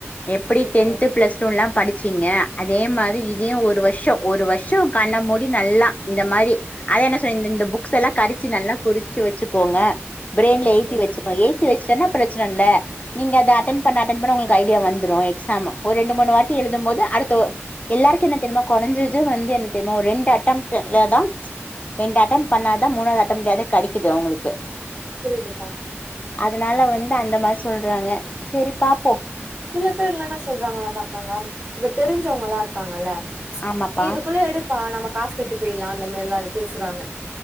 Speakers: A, on the left; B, on the right.
A: எப்பிடி
B: ஓகே
A: டென்த்து பிளஸ் டூன்லா படி ச்சீங்க அதே மாரி இதையு ஒரு வர்ஷொ ஒரு வர்ஷொ கண்ணமூடி நல்லா இந்த மாரி அத என்ன சொல்றெ இந்தந்த புக்ஸெல்லா கரச்சி நல்லா குறுச்சு வச்சுக்கோங்க பிரைன்ல
B: ஓகே
A: ஏத்திவச்சுக்கோ ஏ த்தி வச்சுட்டன்னா ப்ரச்சனல்ல நீங்க அத அட்டன் பண்ண அட்டன் பண்ண உங்களுக்கு ஐடியா வந்துரு எக்ஸாமு ஒரு ரெண்டு மூணு வாட்டி எழுதும் போது அடுத்து எல்லாருக்கு என்ன தெரிமா கொறஞ்சது வந்து என்ன தெரிமா ஒரு ரெண்டு அட்டம்டுலதா ரெண்டு அட்டன் பண்ணாதா மூனாது அட்டம்ட்லயாது கெடக்கிது அவுங்களுக்கு
B: புரியிதுக்கா
A: அதுனால வந்து அந்த மார் சொல்றாங்க செரிப்பாப்
B: சில பேர்லா என்ன சொல்றாங்கனாப் பாக்கங்கா இப்ப தெரிஞ்சவுங்களாருக் காங்கல்ல
A: ஆமாப்பா
B: நீ இதுக்குள்ள எடுப்பா நம்ம காசு கட்டிப் பீலா அந்த மாரில்லாரு பேசுறாங்க